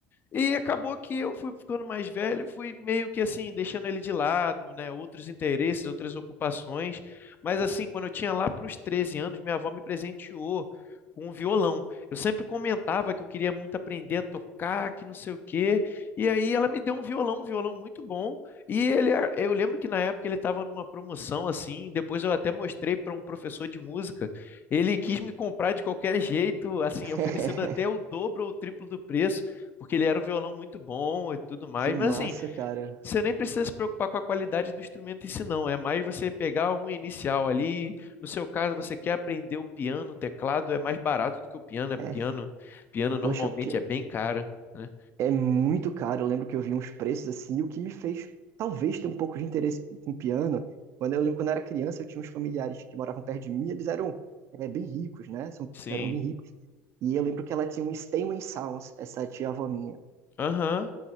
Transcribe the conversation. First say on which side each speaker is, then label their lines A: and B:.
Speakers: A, on the left (about 35°); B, on the right (about 50°).
A: E acabou que eu fui ficando mais velho, fui meio que assim, deixando ele de lado, né? Outros interesses, outras ocupações. Mas assim, quando eu tinha lá para os 13 anos, minha avó me presenteou com um violão. Eu sempre comentava que eu queria muito aprender a tocar, que não sei o quê. E aí ela me deu um violão, um violão muito bom. E ele, a- eu lembro que na época ele estava numa promoção assim. Depois eu até mostrei para um professor de música. Ele quis me comprar de qualquer jeito, assim,
B: <laughs>
A: oferecendo até o dobro ou o triplo do preço porque ele era um violão muito bom e tudo mais.
B: Que massa,
A: Mas assim,
B: cara.
A: você nem precisa se preocupar com a qualidade do instrumento em si, não. É mais você pegar um inicial ali. No seu caso, você quer aprender o piano, o teclado é mais barato do que o piano. É
B: É,
A: piano, piano normalmente
B: poxa, pi-
A: é bem caro, né?
B: É muito caro. Eu lembro que eu vi uns preços assim, e o que me fez talvez ter um pouco de interesse com piano. Quando eu lembro quando eu era criança, eu tinha uns familiares que moravam perto de mim, eles eram é, bem ricos, né? São-
A: Sim.
B: eram bem ricos. E eu lembro que ela tinha um Steinway Sounds, essa tia-avó minha.
A: Aham.